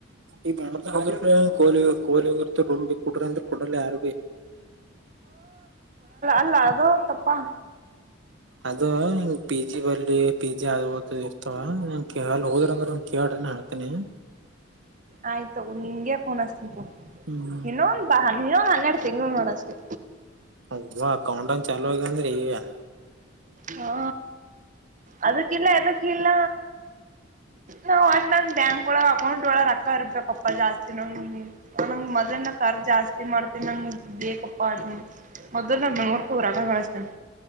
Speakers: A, on the right; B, on the right.
A: ಈ ಮ ಹ ಕೋ ಕೋಲಿ ತಂಬಿ ಕುಡ್ರಂತ ಕುಡಲ್ಲ ಅಾರವೆ
B: ಇಲ್ಲ ಅೋ ಒಂದು ತಪ್ಪಾ
A: ಅದು ಹಂಗ ಪಿ ಜಿ ಬರ್ಲಿ ಪಿ ಜಿ ಆದದು ಇರ್ತವ ನ ಕಲ್ ಹೋದ್ರ ಅಂದ್ರ ಒ ಕೇಳ ಹಾತನಿ
B: ಆಯ್ತು ನಿಂಗೆ ಫೋನ್ಸ್ತಿು
A: ಹ್ಮ್
B: ಇನೊ ಬ ನೀ ಎಡು ತಿಂಗಳು ನೋಡಷ್ಟೆ
A: ಹವಾ ಕೌಂಟ್ನ್ ಚಾಲೂ ಆಗಂದ್ರಿ್ಯ
B: ಹಾ ಅದಕ್ಕಲ್ಲ ಎದಕ್ಕ ಇಲ್ಲ ನಾವ್ ಅಟ್ ನಂದ ಬ್ಯಾಂಕ್ ಒಳ ಅಕೌಂಟ್ ಒಳ ರೊಕ್ಕ ಇರ್ಬೇಕಪ್ಪಾ ಜಾಸ್ತಿ ನಂಗ ನಂಗ್ ಮೊ್ನ ಕರ್ ಜಾಸ್ತಿ ಮಾಡ್ತೀನ ನಂಗ ಬೇಕಪ್ಪ ಅ ಮೊದ್ ನಾ ಬೆಂಗ್ೂರ್ಕ ಹರಕ ಕಳಿಸಸ್ತೇನಿ